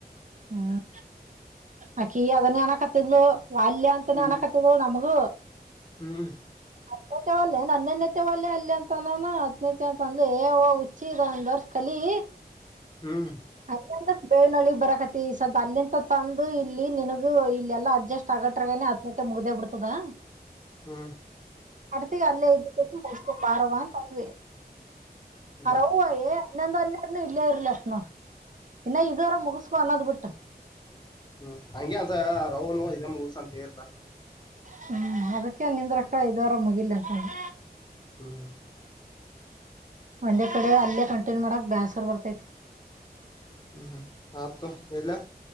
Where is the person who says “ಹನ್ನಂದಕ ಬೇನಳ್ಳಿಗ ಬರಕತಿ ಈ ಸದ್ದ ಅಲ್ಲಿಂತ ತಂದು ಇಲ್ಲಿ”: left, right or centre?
Right